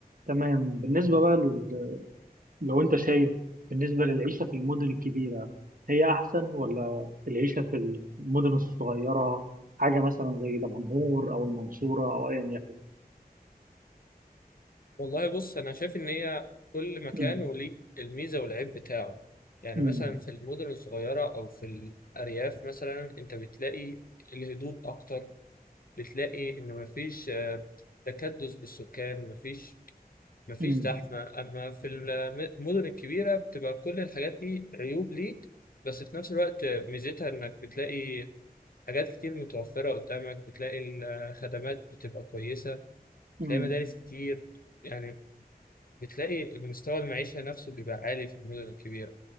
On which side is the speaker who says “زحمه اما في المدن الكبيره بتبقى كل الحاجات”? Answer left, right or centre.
Left